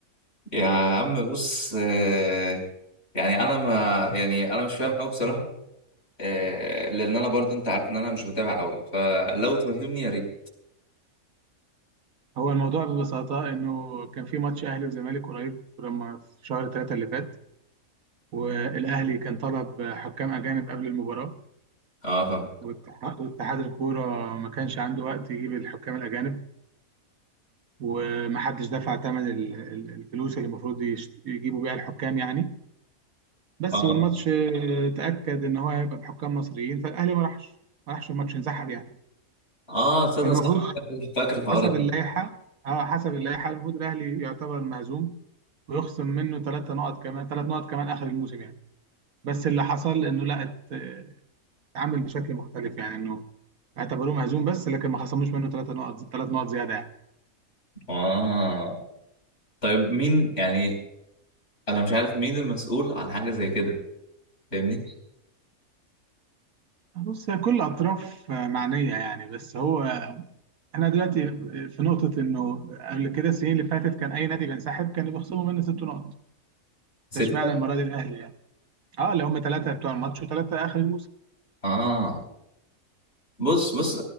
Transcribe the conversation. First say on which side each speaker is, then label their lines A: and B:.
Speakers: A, on the left; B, on the right.
A: يا عم بص آه، يعني انا ما يعني انا مش فاهم قوي بصراحه آه، لان انا برضو انت عارف ان انا مش بتابع قوي فلو تفهمني يا ريت
B: هو الموضوع ببساطه انه كان في ماتش اهلي وزمالك قريب لما في شهر ثلاثة اللي فات والاهلي كان طلب حكام اجانب قبل المباراه
A: اه فاهم
B: والاتحاد واتحاد الكوره ما كانش عنده وقت يجيب الحكام الاجانب ومحدش دفع ثمن ال- ال- الفلوس اللي المفروض يشت- يجيبوا بيها الحكام يعني بس
A: اه
B: والماتش آه، تأكد ان هو هيبقى بحكام مصريين فالاهلي ما راحش ما راحش الماتش انسحب يعني
A: اه تصدق
B: فالمفروض
A: صح فاكر فاكر الحوار
B: حسب
A: ده
B: اللائحة اه حسب اللائحة المفروض الاهلي يعتبر مهزوم ويخصم منه ثلاثة نقط كمان ثلاث نقط كمان اخر الموسم يعني بس اللي حصل انه لا ات- آه، اتعامل بشكل مختلف يعني انه اعتبروه مهزوم بس لكن ما خصموش منه ثلاثة نقط ثلاث نقط زيادة يعني
A: اه طيب مين يعني انا مش عارف مين المسؤول عن حاجه زي كده فاهمني
B: بص هي كل اطراف آه، معنية يعني بس هو احنا دلوقتي في نقطة انه قبل كده السنين اللي فاتت كان اي نادي بينسحب كانوا بيخصموا منه ست نقط
A: سته
B: ده اشمعنى المره دي الاهلي يعني اه اللي هم ثلاثه بتوع الماتش وثلاثه اخر الموسم
A: اه بص بص